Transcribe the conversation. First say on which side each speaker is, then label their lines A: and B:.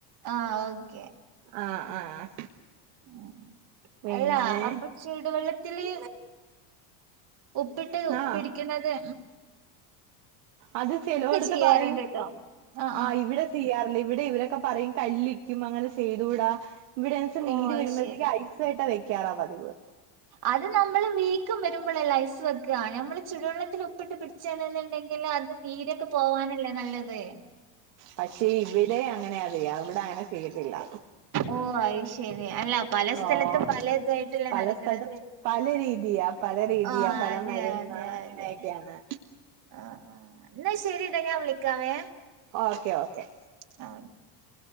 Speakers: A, on the right; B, on the right.
A: ആഹ ഓക്കെ
B: ആഹ ആഹ ആ
A: ഉ
B: പിന്നെ
A: അല്ല അപ്പൊ ചൂടുവെള്ള ത്തില് ഉപ്പിട്ട്
B: ആ
A: പിടിക്ക്‌ണത്
B: അത് ചെലോടുത്ത്
A: ചെയ്യാറുണ്ട്ട്ടോ
B: പറയും
A: ആഹ്
B: ആ
A: ആഹ്
B: ഇവിടെ ചെയ്യാറില്ല ഇവിടെ ഇവരൊക്കെ പറയും കല്ലിക്കും അങ്ങനെ ചെയ്തൂടാ ഇവിടെ വെച്ചൽ
A: ഓ
B: നീര്
A: അത്
B: വരുമ്പോഴത്തേക്ക്
A: ശരി
B: ഐസ കട്ട വെക്കാറാ പതിവ്
A: അത് നമ്മള് വീക്കം വരുമ്പോഴെല്ലേ ഐസ് വെക്കുക നമ്മള് ചുടുവെള്ളത്തില് ഉപ്പിട്ട് പിടിച്ചണെന്നുണ്ടെങ്കിൽ അത് നീരൊക്കെ പോവാനല്ലേ നല്ലത്
B: പക്ഷേ ഇവിടെ അങ്ങനെയ അറിയ ഇവിടെ അങ്ങനെ ചെയ്യത്തില്ല
A: ഓ അയിശെരി അല്ല പല സ്ഥലത്തും
B: ഓഹ്
A: പല ഇതായിട്ടല്ലേ
B: പല
A: നടക്കണത്
B: സ്ഥലത്തും പല രീതിയാ പല രീതിയാ
A: ആ
B: പല
A: അതെ
B: മരുന്ന്
A: അതെ
B: അങ്ങനെയൊക്കെയാണ്
A: അതെ ആ ആ എന്നാ ശെരിട്ടാ ഞാൻ വിളിക്കാവേ
B: ഓക്കെ ഓക്കെ
A: ആ